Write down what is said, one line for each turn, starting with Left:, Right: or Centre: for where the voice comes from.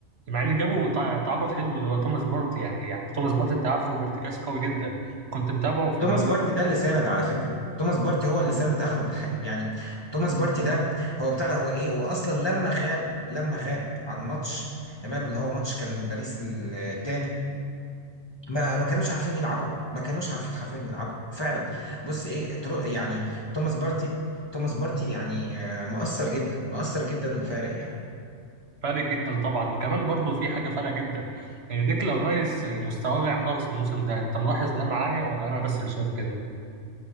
Right: مع ان جابوا تع- تعاقد حلو اللي هو توماس بارتي يعني يعني توماس بارتي انت عارفه ارتكاز قوي جدا كنت متابعه في
Left: توماس
Right: الدوري
Left: بارتي
Right: الاسباني
Left: ده اللي ساند على فكره توماس بارتي هو اللي ساند اغلب الحاجات يعني توماس بارتي ده هو بتاع ده هو ايه هو اصلا لما غاب لما غاب عن ماتش تمام اللي هو ماتش كان باريس التاني ما ما كانوش عارفين يلعبوا ما كانوش عارفين حرفيا يلعبوا فعلا بص ايه ترو يعني توماس بارتي توماس بارتي يعني آه، مؤثر جدا مؤثر جدا وفارق يعني
Right: فارق جدا طبعا وكمان برضو في حاجة فارقة جدا يعني ديكلان رايس مستواه واقع خالص الموسم ده انت ملاحظ ده معايا ولا انا بس اللي شايف كده